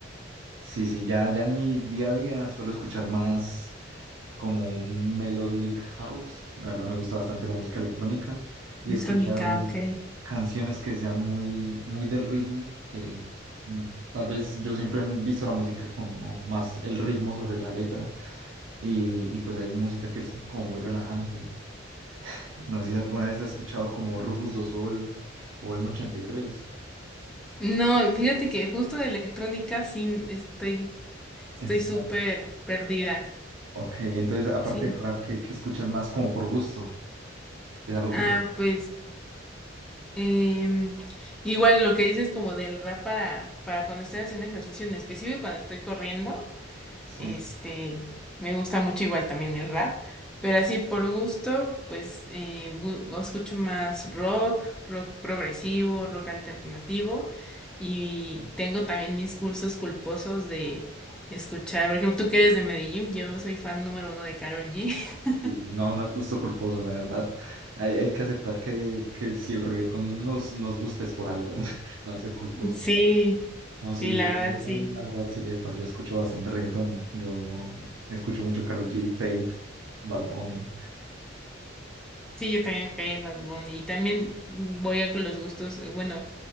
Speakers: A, on the right; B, in the centre.
A: Sí, sí, ya, ya en mi día a día suelo escuchar más como un melodic house. La verdad me gusta bastante la música electrónica y
B: electrónica,
A: escuchar
B: ok.
A: canciones que sean muy, muy del ritmo, que mm, tal vez yo siempre he visto la música como más el ritmo sobre la letra y, y pues hay música que es como muy relajante. No sé si alguna vez has escuchado como Rufus do Sol o M83.
B: No, fíjate que justo de electrónica sí estoy, estoy
A: Está.
B: súper perdida.
A: Ok, entonces aparte
B: Sí.
A: de rap, ¿qué, qué escuchas más como por gusto? ¿Es algo
B: Ah,
A: que te...
B: pues em, igual lo que dices como del rap para, para cuando estoy haciendo ejercicio en específico, y cuando estoy corriendo.
A: Sí.
B: Este, me gusta mucho igual también el rap, pero así por gusto, pues eh, gu- escucho más rock, rock progresivo, rock alternativo y tengo también mis cursos culposos de escuchar, por ejemplo, tú que eres de Medellín, yo soy fan número uno de Karol G. <laughs>
A: Sí, sí, No, no es gusto culposo, la verdad. Hay, hay que aceptar que, que si el reggaetón nos, nos gusta es por algo, <laughs> no es ser culposo.
B: Sí,
A: No,
B: sí,
A: sí,
B: la
A: yo,
B: verdad
A: yo también,
B: sí.
A: la verdad, sí, epa, yo escucho bastante reggaetón. Yo escucho mucho Karol G, Fate, Bad Bunny,
B: Sí, yo también Fade, Bad Bunny y también voy a con los gustos, eh, bueno.